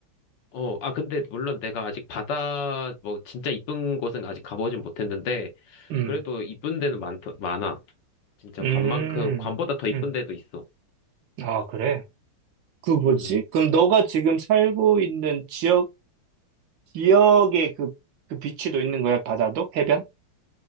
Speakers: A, on the left (about 65°); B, on the right (about 70°).
A: 어, 아, 근데 물론 내가 아직 바다, 뭐, 진짜 이쁜 곳은 아직 가보진 못했는데,
B: 음.
A: 그래도 이쁜 데는 많, 많아. 진짜
B: 음.
A: 관만큼, 관보다 더 이쁜
B: 음.
A: 데도 있어.
B: 아 그래? 그 뭐지?
A: 음.
B: 그럼 너가 지금 살고 있는 지역 지역의 그 그 비치도 있는 거야? 바다도? 해변?